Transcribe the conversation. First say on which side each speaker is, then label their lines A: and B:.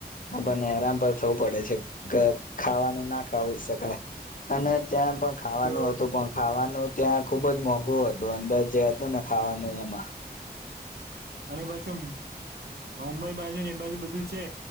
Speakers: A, on the left; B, on the right.
A: આપણને હરામ પણ થવું પડે છે. કે ખાવાનું ના ખાવી શકાય. અને ત્યાં પણ ખાવાનું
B: તો
A: હતું, પણ ખાવાનું ત્યાં ખુબજ મોંઘું હતું. અંદરજ જે હતું ને ખાવાનું એમાં.
B: અને પાછુ ઉ મુબઈ બાજુ ને એ બાજુ બધું છે.